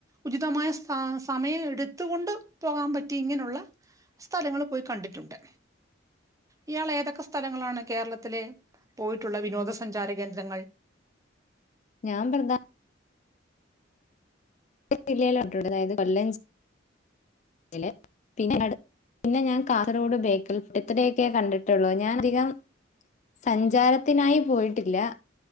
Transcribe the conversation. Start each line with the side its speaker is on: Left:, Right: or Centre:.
Right: ഉചിതമായ സ സമയം എടുത്തുകൊണ്ട് പോകാൻ പറ്റി ഇങ്ങനെയുള്ള സ്ഥലങ്ങള് പോയി കണ്ടിട്ടുണ്ട്. ഇയാൾ ഏതൊക്കെ സ്ഥലങ്ങളാണ് കേരളത്തിലെ പോയിട്ടുള്ള വിനോദസഞ്ചാര കേന്ദ്രങ്ങ-
Left: ഞാൻ പ്രധാ- ജില്ലയില അതായത് കൊല്ലം- ജില്ലയില് പിന്നെ പിന്നെ ഞാൻ കാസർഗോഡ ബേക്കൽ ഫുഡ് ഇത്രയൊക്കെ കണ്ടിട്ടുള്ളൂ ഞാൻ അധികം- സഞ്ചാരത്തിനായി പോയിട്ടില്ല.